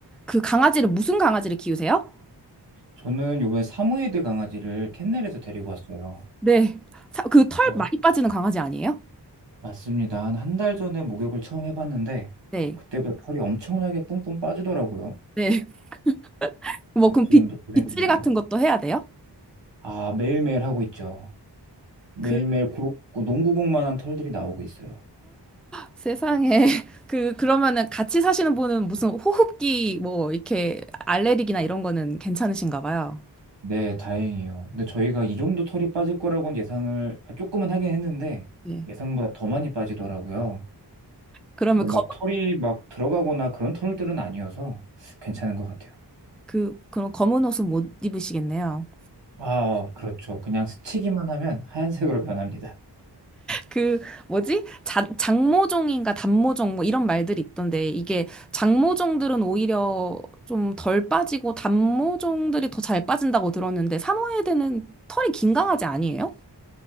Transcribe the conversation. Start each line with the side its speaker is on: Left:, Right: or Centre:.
Centre: 그 강아지를 무슨 강아지를 키우세요?
Right: 저는 요번에 사모예드 강아지를 캔넬에서 데리고 왔어요.
Centre: 네. 그 털
Right: 그래서
Centre: 많이 빠지는 강아지 아니에요?
Right: 맞습니다. 한 한 달 전에 목욕을 처음 해봤는데
Centre: 네.
Right: 그때부터 털이 엄청나게 뿜뿜 빠지더라고요.
Centre: 네. <laughs> 뭐 그럼
Right: 지금도
Centre: 빗,
Right: 고생
Centre: 빗질
Right: 중이에요.
Centre: 같은 것도 해야 돼요?
Right: 아, 매일매일 하고 있죠. 매일매일
Centre: 그
Right: 고, 농구공만한 털들이 나오고 있어요.
Centre: 세상에 <laughs> 그 그러면은 같이 사시는 분은 무슨 호흡기 뭐 이렇게 알레르기나 이런 거는 괜찮으신가 봐요.
Right: 네, 다행이요. 근데 저희가 이 정도 털이 빠질 거라고는 예상을 아, 조금은 하긴 했는데
Centre: 네.
Right: 예상보다 더 많이 빠지더라고요.
Centre: 그러면
Right: 네, 막
Centre: 검,
Right: 털이 막 들어가거나 그런 털들은 아니어서 괜찮은 것 같아요.
Centre: 그 그런 검은 옷은 못 입으시겠네요.
Right: 아, 그렇죠. 그냥 스치기만 하면 하얀색으로 변합니다.
Centre: 그 뭐지? 자, 장모종인가 단모종 뭐 이런 말들이 있던데 이게 장모종들은 오히려 좀 덜 빠지고 단모종들이 더 잘 빠진다고 들었는데 사모예드는 털이 긴 강아지 아니에요?